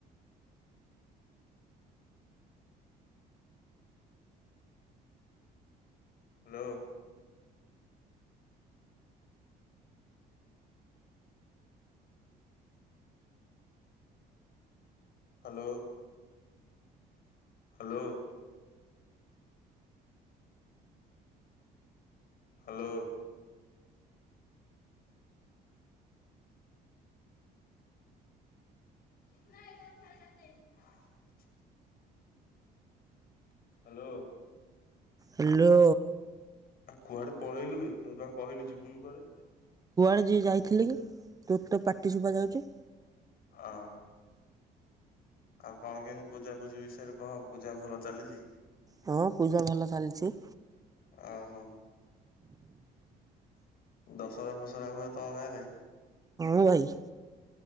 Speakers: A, on the left (about 65°); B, on the right (about 20°).
A: Hello. Hello. Hello. Hello. ତ ହେ କ ଖ ଯ <inaudible> <unintelligible> ହ୍ୟାଲୋ।
B: ହାଲୋ।
A: ଆଉ କୁଆଡେ ପଳେଇଲୁ ବେ ତତେ ପା କିହିଲି ଯିବୁନୁ କୁଆଡେ।
B: କୁଆଡେ ଯି ଯାଇଥିଲି କି ତୋର ତ ପାଟି ଶୁଭା ଯାଉଚି।
A: ହଁ। ଆଉ କଣ କେମିତି ପୂଜା ପୂଜି ବିଷୟରେ କହ ପୂଜା ଭଲ ଚାଲିଛି?
B: ହଁ ପୂଜା ଭଲ ଚାଲିଛି।
A: ଅ ହ ଦଶହରା ଫସହରା ହୁଏ ତମ ଗାଁ ରେ?
B: ହଁ ଭାଇ